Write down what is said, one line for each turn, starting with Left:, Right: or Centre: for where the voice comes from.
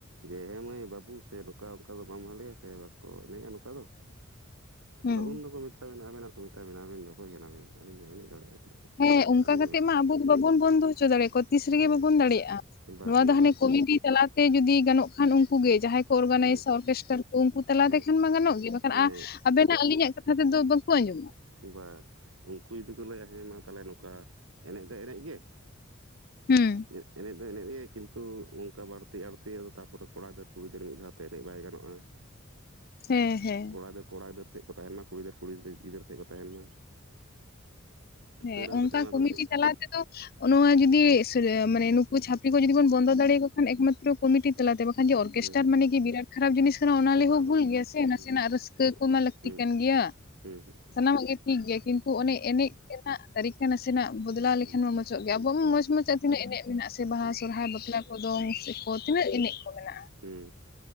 Right: ᱡᱮ ᱮᱸ ᱢᱟᱹᱭ, ᱵᱟᱹᱵᱩ ᱥᱮ ᱱᱚᱸᱠᱟ ᱚᱸᱠᱟ ᱫᱚ ᱵᱟᱝ ᱵᱷᱟᱞᱮᱭᱟ ᱥᱮ ᱵᱟᱠᱚ ᱮᱱᱮᱡᱼᱟ ᱱᱚᱸᱠᱟ ᱫᱚ,
Left: ᱦᱩᱸ
Right: ᱟᱫᱚ ᱩᱱ ᱦᱤᱞᱳᱜ ᱠᱚ ᱢᱮᱛᱟ ᱵᱤᱱᱟᱹ ᱟᱵᱮᱱᱟᱜ ᱠᱚ ᱢᱮᱛᱟ ᱵᱤᱱᱟ ᱟᱵᱮᱱ ᱫᱚ ᱚᱠᱳᱭ ᱠᱟᱱᱟ ᱵᱮᱱ ᱟᱹᱞᱤᱧ ᱫᱚ ᱮᱱᱮᱡ ᱫᱟᱲᱮᱭᱟᱜᱼᱟ ᱞᱤᱧ ᱫᱚ
Left: ᱦᱮᱸ ᱚᱸᱠᱟ
Right: ᱟᱹᱞᱤᱧᱟᱜ
Left: ᱠᱟᱛᱮᱜ
Right: ᱵᱮᱯᱟᱨ
Left: ᱢᱟ ᱟᱵᱚ ᱜᱮ ᱵᱟᱵᱚᱱ ᱵᱚᱸᱫᱚ ᱦᱚᱪᱚ ᱫᱟᱲᱮᱭᱟᱠᱚᱣᱟ, ᱛᱤᱥ ᱨᱮᱜᱮ
Right: ᱦᱮᱸ
Left: ᱵᱟᱵᱚᱱ ᱫᱟᱲᱮᱭᱟᱜᱼᱟ ᱾
Right: ᱵᱟ
Left: ᱱᱚᱣᱟ
Right: ᱚᱱᱟ
Left: ᱫᱚ ᱦᱟᱱᱮ ᱠᱚᱢᱤᱴᱤ ᱪᱟᱞᱟᱣ ᱛᱮ ᱡᱩᱫᱤ ᱜᱟᱱᱚᱜ ᱠᱷᱟᱱ ᱩᱸᱠᱩ ᱜᱮ ᱡᱟᱦᱟᱸᱭ ᱠᱚ ᱚᱨᱜᱟᱱᱟᱭᱤᱥᱼᱟ
Right: ᱦᱮᱸ
Left: ᱚᱨᱠᱮᱥᱴᱟᱨ ᱠᱚ ᱩᱸᱠᱩ ᱛᱟᱞᱟ
Right: ᱦᱮᱸ
Left: ᱛᱮᱠᱷᱟᱱ ᱢᱟ ᱜᱟᱱᱚᱜ ᱜᱮᱭᱟ ᱾ ᱮᱸ ᱠᱷᱟᱱ
Right: ᱦᱮᱸ
Left: ᱟᱸ, ᱟᱵᱮᱱᱟᱜ ᱟᱹᱞᱤᱧᱟᱜ ᱠᱟᱛᱷᱟ ᱛᱮᱫᱚ ᱵᱟᱹᱠᱩ ᱟᱹᱡᱚᱢᱼᱟ᱾
Right: ᱵᱟ ᱩᱸᱠᱩ ᱡᱩᱫᱤ ᱠᱚ ᱞᱟᱹᱭᱟ ᱦᱮᱸ ᱢᱟ ᱛᱟᱦᱮᱞᱮ ᱱᱚᱸᱠᱟ ᱮᱱᱮᱡ ᱫᱚ ᱮᱱᱮᱡ ᱜᱮ,
Left: ᱦᱩᱸ
Right: ᱱᱮᱫ ᱮᱱᱮᱡ ᱫᱚ ᱮᱱᱮᱡ ᱜᱮ ᱠᱤᱸᱛᱩ ᱩᱱ- ᱠᱟ ᱵᱟᱹᱲᱛᱤ ᱟᱹᱲᱛᱤ ᱟᱫᱚ ᱛᱟᱯᱚᱨᱮ ᱠᱚᱲᱟ ᱜᱤᱫᱟᱹᱨ ᱠᱩᱲᱤ ᱜᱤᱫᱟᱹᱨ ᱢᱤᱫ ᱫᱷᱟᱣ ᱛᱮ ᱮᱱᱮᱡ ᱵᱟᱭ ᱜᱟᱱᱚᱜᱼᱟ ᱾
Left: ᱦᱮᱸ ᱦᱮᱸ᱾
Right: ᱠᱚᱲᱟ ᱫᱟᱹᱨ ᱠᱚᱲᱟ ᱜᱤᱫᱟᱹᱨ ᱥᱮᱫ ᱠᱚ ᱛᱟᱦᱮᱱ ᱢᱟ, ᱠᱩᱲᱤ ᱫᱟᱹᱨ ᱠᱩᱲᱤ ᱜᱤᱫᱟᱹᱨ ᱥᱮᱫ ᱠᱚ ᱛᱟᱦᱮᱱ ᱢᱟ᱾
Left: ᱦᱮᱸ
Right: ᱛᱟᱹᱣ ᱨᱮᱦᱚᱸ
Left: ᱚᱸᱠᱟ
Right: ᱠᱟᱹᱴᱤᱡ ᱚᱱᱟ
Left: ᱠᱚᱢᱤᱴᱤ
Right: ᱫᱚ ᱠᱟᱹᱴᱤᱡ
Left: ᱪᱟᱞᱟᱣ ᱛᱮᱫᱚᱼᱼ ᱚ ᱱᱚᱣᱟ ᱡᱩᱫᱤ ᱥᱤᱨᱭᱟᱹ ᱢᱟᱱᱮ ᱱᱩᱠᱩ ᱪᱷᱟᱯᱨᱤ ᱠᱚ ᱡᱩᱫᱤ ᱵᱚᱱ ᱵᱚᱱᱫᱚ ᱫᱟᱲᱮᱭᱟᱠᱚ ᱠᱷᱟᱱ ᱮᱠᱢᱟᱛᱼ ᱛᱚᱨᱚ ᱠᱚᱢᱤᱴᱤ ᱛᱟᱞᱟᱛᱮ, ᱵᱟᱠᱷᱟᱸᱱ ᱡᱮ ᱚᱨᱠᱮᱥᱴᱟᱨ
Right: ᱦᱮᱸ
Left: ᱢᱟᱱᱮ ᱠᱤ ᱵᱤᱨᱟᱴ ᱠᱷᱟᱨᱟᱯ ᱡᱤᱱᱤᱥ ᱠᱟᱱᱟ, ᱚᱱᱟ ᱞᱟᱹᱭ
Right: ᱵᱟ
Left: ᱦᱚ
Right: ᱵᱟ
Left: ᱵᱷᱩᱞ
Right: ᱵᱟ ᱦᱩᱸ
Left: ᱜᱮᱭᱟ ᱥᱮ, ᱱᱟᱥᱮᱱᱟᱜ ᱨᱟᱹᱥᱠᱟᱹ ᱠᱚᱢᱟ ᱞᱟᱹᱠ-
Right: ᱦᱩᱸ
Left: ᱛᱤ ᱠᱟᱱ ᱜᱮᱭᱟ᱾
Right: ᱦᱩᱸ ᱦᱩᱸᱜ ᱦᱩᱸ
Left: ᱥᱟᱱᱟᱢᱟᱜ
Right: ᱾
Left: ᱜᱮ ᱴᱷᱤᱠ ᱜᱮᱭᱟ ᱠᱤᱸᱛᱩ ᱚᱱᱮ ᱮᱱᱮᱡ ᱨᱮᱱᱟᱜ ᱛᱟᱹᱨᱤᱠᱟ ᱱᱟᱥᱮᱱᱟᱜ ᱵᱚᱫᱽᱞᱟᱣ ᱞᱮᱠᱷᱟᱱ
Right: ᱦᱩᱸ
Left: ᱢᱟ ᱢᱚᱡᱽᱼᱚᱜ ᱜᱮᱭᱟ᱾ᱟᱵᱚ ᱦᱚᱸ
Right: ᱦᱳᱭ
Left: ᱢᱚᱸᱡᱽᱼᱢᱚᱸᱡᱽ ᱟᱠ- ᱛᱤᱱᱟᱹᱜ ᱮᱱᱮᱡ ᱢᱮᱱᱟᱜᱼᱟ ᱥᱮ ᱵᱟᱦᱟ
Right: ᱦᱩᱸ
Left: ᱥᱚᱨᱦᱟᱭ ᱵᱟᱯᱞᱟ ᱠᱚ ᱫᱚᱝ ᱥᱮ ᱠᱚ ᱛᱤᱱᱟᱹᱜ ᱮᱱᱮᱡ ᱠᱚ ᱢᱮᱱᱟᱜᱼᱟ?
Right: ᱦᱮᱸ